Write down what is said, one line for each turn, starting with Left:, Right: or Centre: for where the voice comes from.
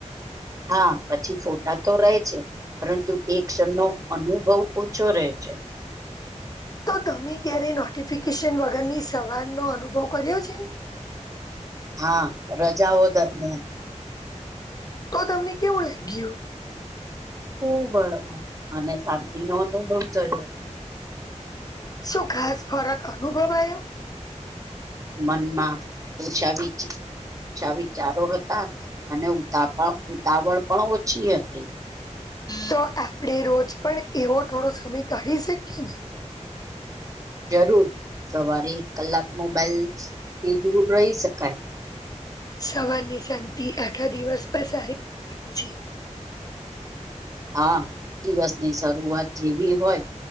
Right: હા પછી ફોટા તો રહે છે. પરંતુ એ ક્ષણ નો અનુભવ ઓછો રહે છે.
Left: તો તમે ક્યારે નોટિફિકેશન વગરની સવારનો અનુભવ કર્યો છે.
Right: હા રજાઓ દરમિયાન.
Left: તો તમને કેવું લાગ્યું.
Right: ખુબ હળવાશ અને શાંતિ નો અનુભવ કર્યો.
Left: શું ખાસ ફરક અનુભવાયો?
Right: મનમાં ઓછા વિચ ઓછા વિચારો હતા અને ઉતાળ ઉતાવળ પણ ઓછી હતી.
Left: તો આપડે રોજ પણ એવો થોડો સમય કાઢી શકીએ ને.
Right: જરૂર સવારે એક કલાક મોબાઈલ થી દૂર રહી શકાય.
Left: સવારની શાંતિ આખા દિવસ પણ સારી અસર પાડે છે.
Right: હા દિવસની શરૂઆત જેવી હોય